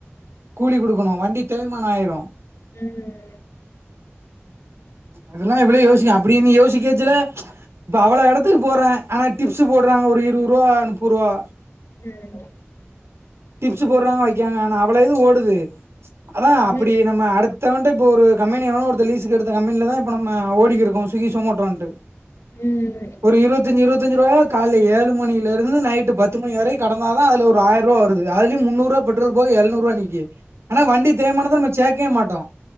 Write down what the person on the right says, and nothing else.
கூலி குடுக்கணு வண்டி தேய்மானோ ஆயிரு
அதெல்லா இவ்வளோ யோசிக்கணு அப்பிடி நீ யோசிக்கச்சல இப்போ அவ்வளோ எடத்துக்கு போறே ஆனா டிப்ஸு போட்றாங்க ஒரு இருவர்ருவா நுப்பர்ருவா
டிப்ஸு போட்றாங்க வைக்காங்க ஆனா அவ்வளோ இது ஓடுது அதா அப்பிடி
நம்ம அடுத் ஒருத்தவன்ட்ட இப்போ ஒரு கம்பெனி ஒருத்த லீஸுக்கு எடுத்த கம்பென்லதா இப்ப நம்ம ஓட்டிகிறுக்கோ கோம் ஸ்விகி சொமோட்டோன்ட்டு
ஒரு இருவத்து இருவத்தஞ்சுருவாயா கால்ல ஏழு மணியில இருந்து நைட்டு பத்து மணி வர கடந்ததா அதுல ஒரு ஆயாருவா வருது அதுலியு முன்னூற்ருவா பெட்ரல் போக எழுநூற்ருவா நிக்கி ஆனா வண்டி தேய்மானத்த நம்ம சேக்கவே மாட்டோ